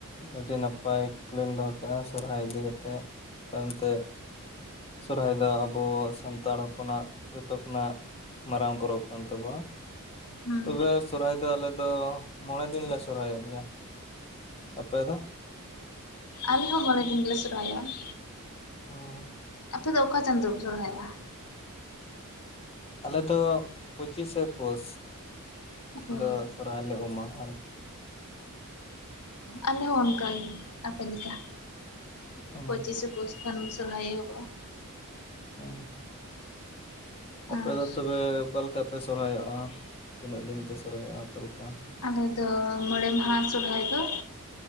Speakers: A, on the left (about 25°); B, on the left (about 85°).
A: ᱟᱹᱰᱤ ᱱᱟᱯᱟᱭ ᱠᱩᱠᱞᱤᱢ ᱫᱚᱦᱚ ᱠᱮᱜᱼᱟ ᱥᱚᱨᱦᱟᱭ ᱤᱫᱤ ᱠᱟᱛᱮᱜ ᱟᱫᱚ ᱮᱱᱛᱮ ᱥᱚᱦᱨᱟᱭ ᱫᱚ ᱟᱵᱚ ᱥᱟᱱᱛᱟᱲ ᱦᱚᱯᱚᱱᱟᱜ ᱡᱚᱛᱚ ᱠᱷᱚᱱᱟᱜ ᱢᱟᱨᱟᱝ ᱯᱚᱨᱚᱵᱽ ᱠᱟᱱ ᱛᱟᱵᱚᱱᱟ
B: ᱦᱩᱸ
A: ᱛᱚᱵᱮ ᱥᱚᱨᱦᱟᱭ ᱫᱚ ᱟᱞᱮ ᱫᱚ ᱢᱚᱬᱮ ᱫᱤᱱ ᱞᱮ ᱥᱚᱦᱨᱟᱭᱚᱜ ᱜᱮᱭᱟ ᱟᱯᱮ ᱫᱚ
B: ᱟᱞ ᱦᱚᱸ ᱢᱚᱬᱮ ᱫᱤᱧ ᱜᱮᱞᱮ ᱥᱚᱨᱦᱟᱭ ᱚᱜ-ᱟ
A: ᱚ
B: ᱟᱯᱮ ᱫᱚ ᱚᱠᱟ ᱪᱟᱫᱳ ᱯᱮ ᱥᱚᱨᱦᱟᱭᱚᱜᱼᱟ
A: ᱟᱞᱮ ᱫᱚ ᱯᱚᱸᱪᱤᱥᱮ ᱯᱳᱥ
B: ᱚ
A: ᱫᱚ ᱥᱚᱨᱦᱟᱭ ᱞᱮ ᱩᱢ-ᱟ ᱟᱨ
B: ᱟᱞᱮ ᱦᱚᱸ ᱚᱱᱠᱟᱜᱮ ᱟᱯᱮ ᱞᱮᱠᱟ
A: ᱦᱩᱸ
B: ᱯᱚᱸᱪᱤᱥᱮ <inaudible> ᱥᱚᱨᱦᱟᱭ ᱮᱦᱚᱵᱚᱜ-ᱟ
A: ᱚ ᱟᱯᱮ
B: ᱟᱨ
A: ᱫᱚ ᱛᱚᱵᱮ ᱚᱠᱟ ᱞᱮᱠᱟ ᱯᱮ ᱥᱚᱨᱦᱟᱭᱚᱜᱼᱟ ᱛᱤᱱᱟᱹᱜ ᱫᱤᱱ ᱯᱮ ᱥᱚᱨᱦᱟᱭᱚᱜᱼᱟ ᱚᱠᱟ ᱞᱮᱠᱟ
B: ᱟᱞᱮ ᱫᱚ ᱢᱚᱲᱮ ᱢᱟᱦᱟ ᱥᱚᱨᱦᱟᱭ ᱫᱚ